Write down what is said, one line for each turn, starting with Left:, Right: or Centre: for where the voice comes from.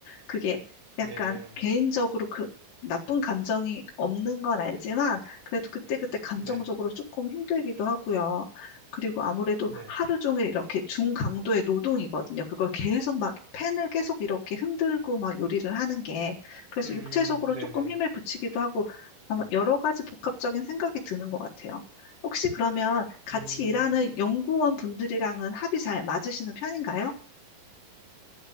Left: 그게
Right: 네,
Left: 약간 개인적으로 그 나쁜 감정이 없는 건 알지만 그래도 그때그때 감정적으로
Right: 네,
Left: 조금 힘들기도 하고요. 그리고 아무래도
Right: 네.
Left: 하루 종일 이렇게 중강도의 노동이거든요. 그걸 계속 막 펜을 계속 이렇게 흔들고 막 요리를 하는 게 그래서
Right: 음,
Left: 육체적으로
Right: 네네.
Left: 조금 힘을 붙이기도 하고 아마
Right: 그리고
Left: 여러 가지 복합적인 생각이 드는 것 같아요. 혹시 그러면 같이
Right: 음,
Left: 일하는 연구원 분들이랑은 합이 잘 맞으시는 편인가요?